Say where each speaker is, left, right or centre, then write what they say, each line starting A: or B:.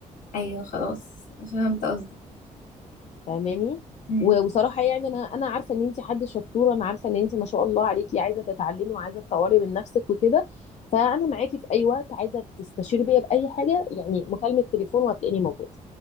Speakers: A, on the left; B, on the left.
A: ايوه خلاص فهمت قصدي
B: فاهماني
A: امم
B: و- وصراحه يعني انا انا عارفه ان انت حد شطوره انا عارفه ان انت ما شاء الله عليكي عايزه تتعلمي وعايزه تطوري من نفسك وكده فانا معاكي في اي وقت عايزه تستشيري بيا باي حاجه يعني مكالمه تليفون وهتلاقيني موجوده